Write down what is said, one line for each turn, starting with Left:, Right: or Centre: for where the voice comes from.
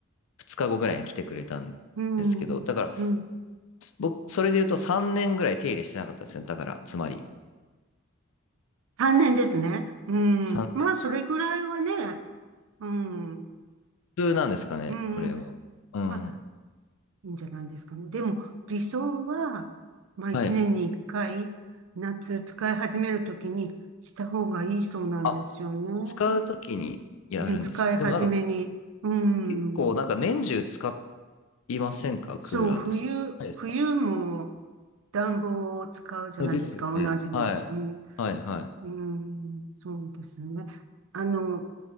Left: 2日後ぐらいに来てくれたんですけど、
Right: うん、
Left: だから、
Right: うん。
Left: す僕、それで言うと3年ぐらい手入れしてなかったんですよね。だから、つまり、
Right: 3年ですね。うん。
Left: さん
Right: まあ、それぐらいはね、うん、
Left: 普通なんですかね、
Right: うん、
Left: これは。うん。
Right: まあ、いいんじゃないですかね。でも、理想は、まあ、1年に1回、
Left: はい。
Right: 夏使い始めるときにした方がいいそうなんですよね。
Left: あ、使うときにやるんです。
Right: うん、使い始めに。
Left: でもなんか、
Right: うん。
Left: 結構、なんか年中使いませんかクーラーってそうじゃないですか。
Right: そう、冬、冬も暖房を使うじゃないですか、
Left: はいですよね。
Right: 同じで。
Left: はい。
Right: うん、
Left: はい、はい。
Right: うん、そうですね。あの、